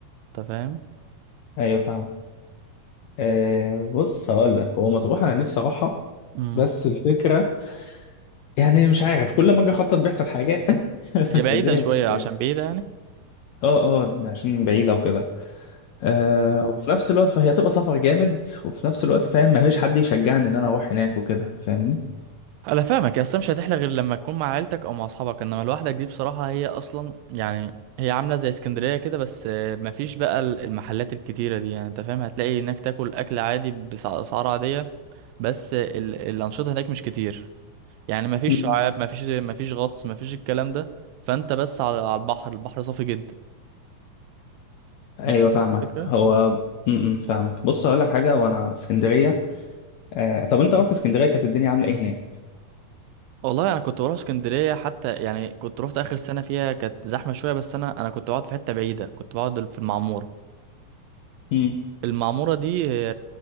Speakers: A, on the right; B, on the left.
A: انت فاهم
B: ايوه فاهم آه بص هقول لك هو مطروح انا نفسي اروحها
A: امم
B: بس الفكره يعني مش عارف كل ما اجي اخطط بيحصل حاجه <laughs>
A: هي
B: بس
A: بعيده
B: الدنيا
A: شويه
B: مش
A: عشان بعيده يعني
B: اه اه عشان بعيده وكده آه وفي نفس الوقت فهي تبقى سفر جامد وفي نفس الوقت فاهم مفيش حد يشجعني ان انا اروح هناك وكده فاهمني
A: انا فاهمك يا اصلا مش هتحلى غير لما تكون مع عيلتك او مع اصحابك انما لوحدك دي بصراحه هي اصلا يعني هي عامله زي اسكندريه كده بس آه، مفيش بقى ال- المحلات الكتيره دي يعني انت فاهم هتلاقي هناك تاكل اكل عادي باسعار عاديه بس آه، ال- الانشطه هناك مش كتير يعني مفيش
B: مم.
A: شعاب مفيش مفيش غطس مفيش الكلام ده فانت بس على على البحر البحر صافي جدا
B: ايوه
A: انت فاهم
B: فاهمك
A: الفكره
B: هو امم فاهمك بص اقول لك حاجه وانا اسكندريه آه طب انت رحت اسكندريه كانت الدنيا عامله ايه هناك
A: والله انا كنت بروح اسكندريه حتى يعني كنت روحت اخر سنه فيها كانت زحمه شويه بس انا انا كنت بقعد في حته بعيده كنت بقعد في المعموره
B: مم.
A: المعمورة دي هي